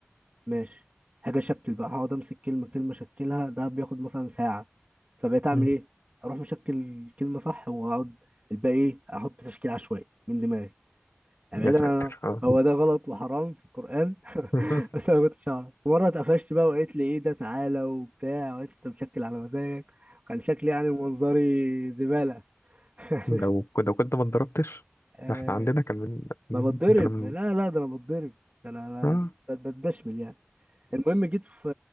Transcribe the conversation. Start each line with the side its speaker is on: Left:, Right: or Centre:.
Right: ماشي هاجي اشكل بقى هقعد امسك كلمه كلمه اشكلها ده بياخد مثلا ساعه فبقيت اعمل
Left: أمم.
Right: ايه اروح مشكل كلمه صح واقعد الباقي ايه احط تشكيل عشوائي من دماغي يعني بعيدا
Left: يا ساتر
Right: عن
Left: اه
Right: هو ده غلط وحرام في القرآن <laughs>
Left: <laughs>
Right: بس انا ما كنتش اعرف مرة اتقفشت بقى وقالت لي ايه ده تعالى وبتاع وقالت لي انت مشكل على مزاجك كان شكلي يعني منظري زبالة <laughs>
Left: لو لو كنت ما اتضربتش
Right: آه
Left: ده احنا عندنا كان من
Right: ما بتضرب
Left: انت لما
Right: لا لا ده انا بتضرب ده انا
Left: اه
Right: ب- ب- بتدشمل يعني المهم جيت في